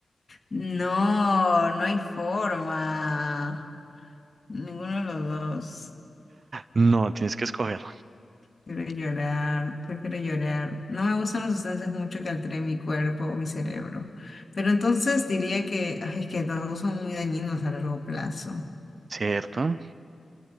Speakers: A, on the left; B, on the right.
A: No, no hay forma. Ninguno de los dos.
B: No, tienes que escoger,
A: Prefiero llorar, prefiero llorar. No me gustan las sustancias mucho que alteren mi cuerpo o mi cerebro. Pero entonces diría que, ay, es que los dos son muy dañinos a largo plazo.
B: ¿cierto?